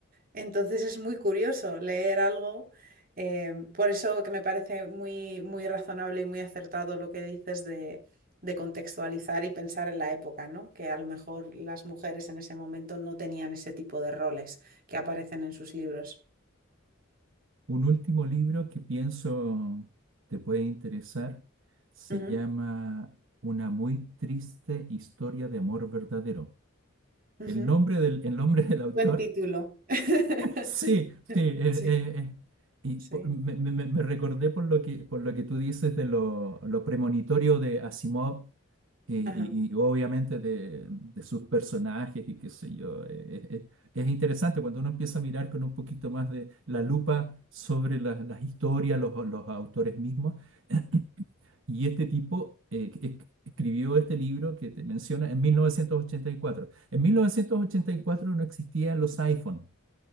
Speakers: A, on the right; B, on the right.
A: Entonces es muy curioso leer algo, eh, por eso que me parece muy, muy razonable y muy acertado lo que dices de, de contextualizar y pensar en la época, ¿no? Que a lo mejor las mujeres en ese momento no tenían ese tipo de roles que aparecen en sus libros.
B: Un último libro que pienso te puede interesar se
A: Ujú,
B: llama Una muy triste historia de amor verdadero.
A: ujú.
B: El nombre del, el nombre del autor
A: Buen título. <laughs>
B: Sí, sí. eh, eh,
A: Sí,
B: eh. Y
A: sí.
B: por- me, me- me- me recordé por lo que, por lo que tú dices de lo, lo premonitorio de Asimov y, y-
A: Ajá.
B: y obviamente de, de sus personajes y qué sé yo. eh, eh, eh. es interesante cuando uno empieza a mirar con un poquito más de la lupa sobre la- las historias, los, los autores mismos. <clears throat> Y este tipo eh, esc- escribió este libro que te menciona en 1984. En 1984 no existían los iPhone